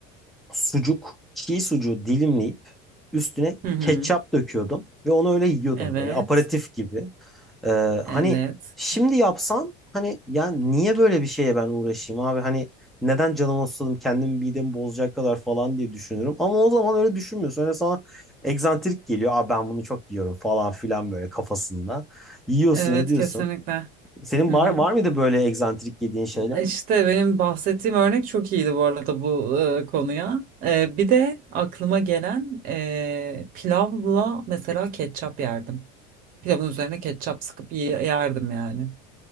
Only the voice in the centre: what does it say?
sucuk, çiğ sucuğu dilimleyip üstüne
ketçap döküyordum ve onu öyle yiyordum
böyle aperatif gibi. Ee, hani
şimdi yapsam hani ya niye böyle bir şeye ben uğraşayım abi hani neden canımı sıkıldım kendimi midemi bozacak kadar falan diye düşünürüm ama o zaman öyle düşünmüyorsun. Öyle sana egzantrik geliyor. Aa ben bunu çok yiyorum falan filan böyle kafasında. Yiyorsun,
ne diyorsun?
Senin
var var mıydı böyle egzantrik yediğin şeyler?